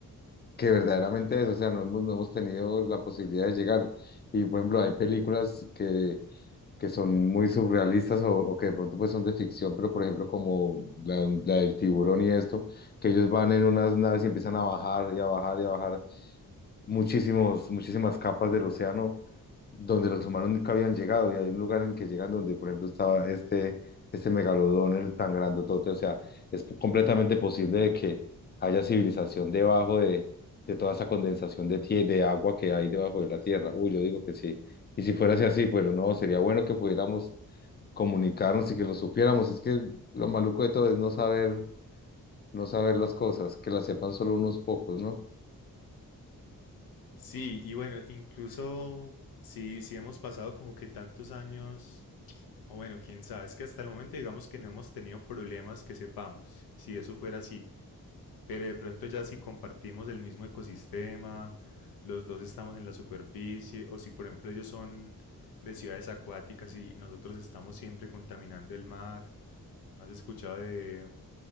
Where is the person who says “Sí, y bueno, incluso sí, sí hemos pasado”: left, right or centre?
Left